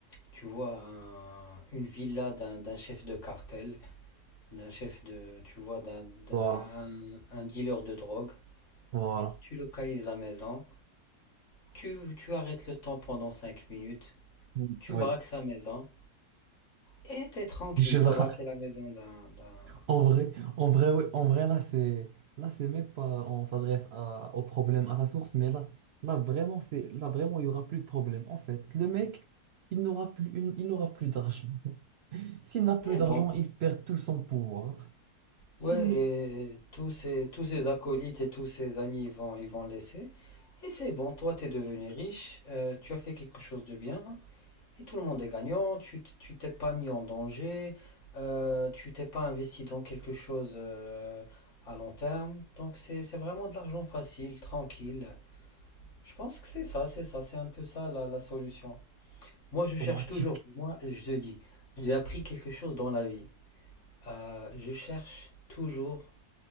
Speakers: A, on the left; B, on the right.
A: tu vois, un- une villa d'un, d'un chef de cartel, d'un chef de, tu vois, d'un, d'un-
B: Voilà,
A: un dealer de drogue.
B: voilà.
A: Tu localises la maison, tu, tu arrêtes le temps pendant 5 minutes,
B: Hmm,
A: tu
B: Oui,
A: braques sa maison et t'es tranquille,
B: <laughs> je vois.
A: t'as braqué la maison d'un, d'un,
B: En vrai, en vrai, oui en vrai, là, c'est, là, c'est même pas, on s'adresse à- au problème, à sa source, mais là, là, vraiment, c'est, là, vraiment, il y aura plus de problème. En fait, le mec, il n'aura plus, une- il n'aura plus d'argent. S'il n'a plus
A: et
B: d'argent,
A: bon,
B: il perd tout son pouvoir. S'il
A: Ouais,
B: ne,
A: et tous ces, tous ces acolytes et tous ces amis, ils vont, ils vont laisser. Et c'est bon, toi, t'es devenu riche, euh, tu as fait quelque chose de bien, et tout le monde est gagnant, tu, t- tu t'es pas mis en danger, euh, tu t'es pas investi dans quelque chose euh, à long terme. Donc c'est, c'est vraiment de l'argent facile, tranquille. Je pense que c'est ça, c'est ça, c'est un peu ça la, la solution. Moi, je cherche
B: automatique.
A: toujours, moi, je te dis, j'ai appris quelque chose dans la vie. Euh, je cherche toujours